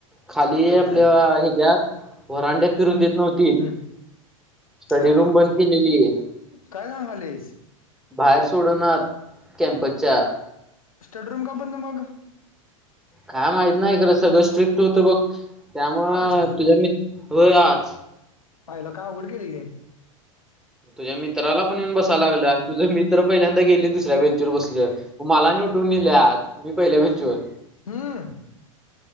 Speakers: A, in the centre; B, on the left.
A: खाली
B: होय
A: आपल्या
B: काय
A: हच्या्यात. वरांड्यात फिरून देत नव्हती.
B: हम्म
A: स्टडी
B: हा
A: रूम बंद केलेली.
B: काय सांगालीस
A: बाहेर सोड नात. कॅम्पसच्या.
B: स्टडीरूम का बंद मग.
A: काय माहित नाही खरं सगळं स्ट्रिक्ट होतं बघ त्यामुळं
B: आज
A: तुझ्या मित, होय आज.
B: आयला काय अवघड गेलं की.
A: तुझ्या मित्राला पण येऊन बसायला लागलं आणि तुझं मित्र पहिल्यांदा गेले दुसऱ्या बेंचवर बसलं. मला नि उटून नेल्या, मी पहिल्या बेंचवर.
B: हम्म.